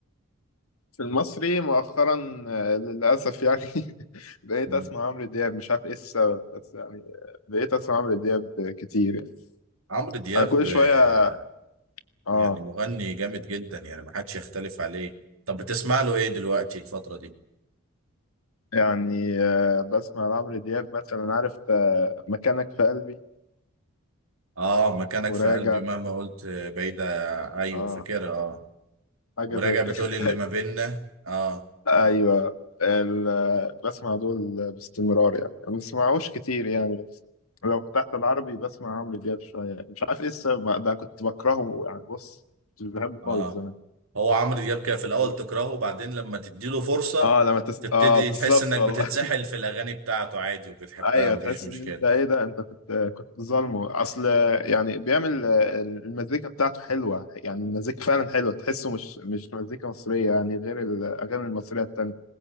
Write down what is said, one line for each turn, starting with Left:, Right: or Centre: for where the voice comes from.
Left: في المصري مؤخرا آه، للأسف يعني <laughs> بقيت
Right: مم.
Left: أسمع عمرو دياب مش عارف إيه السبب بس يعني آه، بقيت أسمع عمرو دياب كتير يعني.
Right: عمرو دياب
Left: أنا كل
Right: آه،
Left: شوية آه
Right: يعني مغني جامد جدا يعني ما حدش يختلف عليه طب بتسمع له ايه دلوقتي الفترة دي
Left: يعني آه، بسمع عمرو دياب مثلا عارف آه، مكانك في قلبي
Right: اه مكانك
Left: وراجع
Right: في قلبي مهما قلت آه، بعيدة ايوه
Left: آه
Right: فاكرها اه
Left: حاجة
Right: وراجع
Left: زي كده
Right: بتقول اللي ما
Left: <laughs>
Right: بيننا اه
Left: أيوه ال- آه، بسمع دول باستمرار يعني ما بسمعوش كتير يعني بس لو فتحت العربي بسمع عمرو دياب شوية مش عارف إيه السبب بقى كنت بكرهه يعني بص مش بحبه
Right: اه
Left: خالص زمان
Right: هو عمرو دياب كان في الاول
Left: والله.
Right: تكرهه وبعدين لما تديله فرصة
Left: اه لما تس...
Right: تبتدي
Left: اه بالظبط
Right: تحس انك
Left: والله
Right: بتتسحل في الاغاني بتاعته عادي وبتحبها
Left: <laughs> ايوه
Right: مفيش
Left: تحس
Right: مشكلة
Left: ان انت ايه ده انت كنت كنت ظالمه اصل يعني بيعمل آه، المزيكا بتاعته حلوه يعني المزيكا فعلا حلوه تحسه مش مش مزيكا مصريه يعني غير الاغاني المصريه التانيه